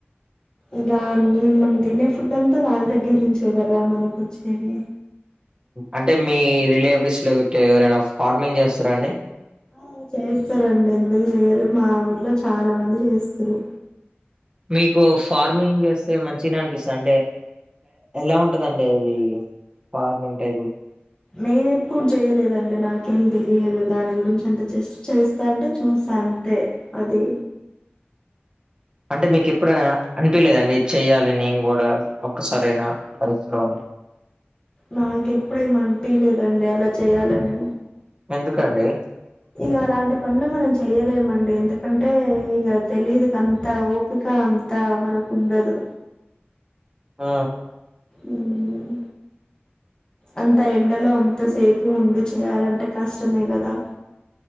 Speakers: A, on the left; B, on the right.
A: ఇక నేను మనం తినే ఫుడ్ అంతా వాళ్ళ దగ్గర నుంచే కదా మనకు వచ్చేది
B: అంటే మీ రిలేటివ్స్ లో ఊకే అదిఎవరైనా ఫార్మింగ్ చేస్తారా అండి
A: ఆ చేస్తారండి ఎందుకు చేయరు మా ఊర్లో చాలా మంది చేస్తారు
B: మీకు ఫార్మింగ్ చేస్తే మంచినే అనిపిస్తుంది అంటే ఎలా ఉంటదండి అది బాగా లేట్ అయింది
A: నేను ఎప్పుడు చేయలేదండి నాకేం తెలియదు దాని గురించి అంత జస్ట్ చేస్తా అంటే చూసా అంతే అది
B: అంటే మీకు ఎప్పుడైనా అనిపీలేదండి ఇది చెయాలి నేను కూడా ఒక్కసారైనా లైఫ్ లో అని
A: నాకెప్పుడూ ఏమి అనిపీలేదండి అలా చెయ్యాలని
B: ఎందుకండి
A: ఇక అలాంటి పనులు మనం చేయలేమండి ఎందుకంటే ఇక తెలీదుక అంత ఓ ఇక అంతా మనకు ఉండదు
B: ఆ
A: ఉమ్ అంత ఎండలో అంత సే పు ఉండి చేయాలంటే కష్టమే కదా